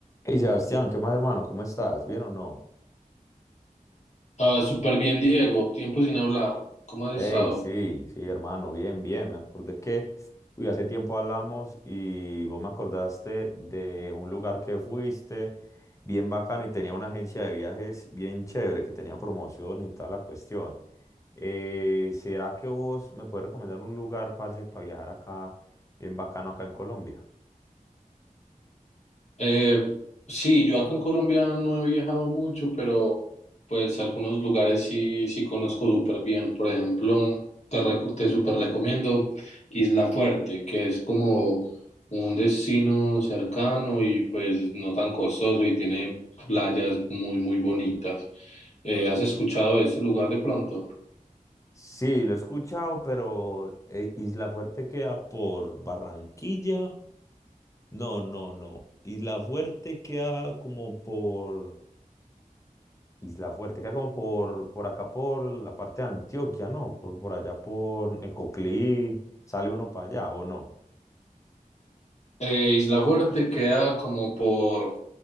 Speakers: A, on the left; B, on the left.
A: Hey Sebastián, ¿qué más hermano? ¿Cómo estás? ¿Bien o no?
B: Ah, súper bien, Diego. Tiempo sin hablar. ¿Cómo has
A: Hey,
B: estado?
A: sí, sí hermano, bien, bien. Me acordé que uy, hace tiempo hablamos y vos me acordaste de un lugar que fuiste bien bacano y tenía una agencia de viajes bien chévere que tenía promociones y toda la cuestión. Eh, ¿será que vos me puedes recomendar un lugar, parce, para viajar acá bien bacano acá en Colombia?
B: Eh, sí, yo acá en Colombia no he viajado mucho, pero pues algunos lugares sí, sí conozco súper bien. Por ejemplo, te, recu- te súper recomiendo Isla Fuerte, que es como un destino cercano y pues no tan costoso y tiene playas muy, muy bonitas. Eh, ¿has escuchado de ese lugar de pronto?
A: Sí, lo he escuchado, pero eh, Isla Fuerte queda por Barranquilla. No, no, no. Isla Fuerte queda como por... Isla Fuerte queda como por, por acá, por la parte de Antioquia, ¿no? Por, por allá, por Necoclí. ¿Sale uno para allá o no?
B: Eh, Isla Fuerte queda como por,